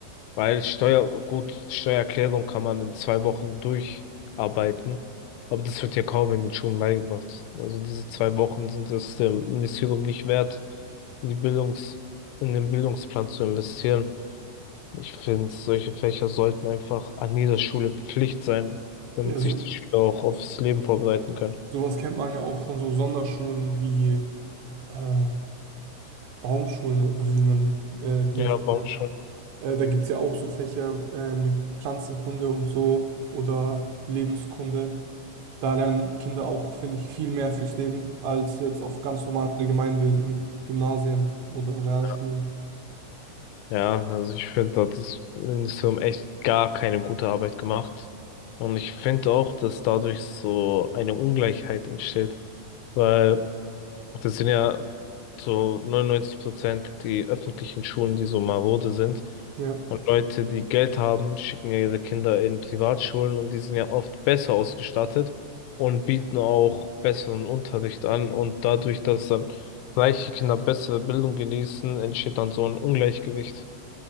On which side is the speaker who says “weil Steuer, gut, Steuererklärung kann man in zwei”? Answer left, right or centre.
Left